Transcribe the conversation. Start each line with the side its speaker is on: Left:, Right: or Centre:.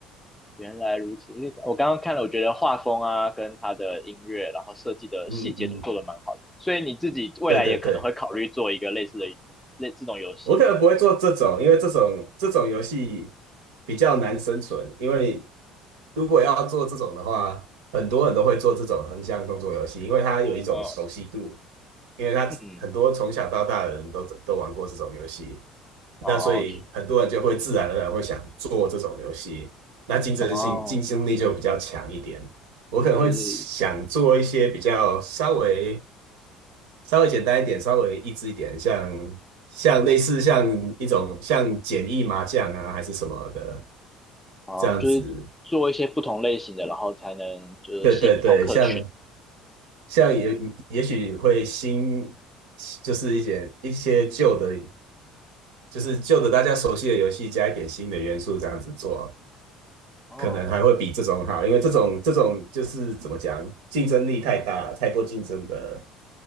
Centre: 原来如此。我刚刚看了，我觉得画风啊，跟它的音乐，然后设计的细节都做得蛮好的。
Right: 嗯嗯，
Centre: 所以你自己未来也可能会考虑做一个类似的
Right: 对对对。
Centre: 类这种游戏。
Right: 我可能不会做这种，因为这种这种游戏比较难生存。因为如果要做这种的话，很多人都会做这种横向动作游戏，因为它有一种熟悉度，
Centre: 嗯
Right: 因为它很多从小到大的人都都玩过这种游戏，
Centre: 嗯，哦
Right: 那所以很多人就会自然而然会想做这种游戏，那竞争性竞争力就比较强一点。
Centre: 哦，
Right: 我可能会想做一些比较稍微
Centre: 就是
Right: 稍微简单一点，稍微益智一点，像像类似像一种像简易麻将啊，还是什么的
Centre: 哦，
Right: 这样子。
Centre: 就是做一些不同类型的，然后才能就是吸引不同客群。
Right: 对对对，像像也也许会新，就是一点一些旧的，就是旧的大家熟悉的游戏加一点新的元素这样子做。
Centre: 哦。
Right: 可能还会比这种好，因为这种这种就是怎么讲，竞争力太大，太多竞争的，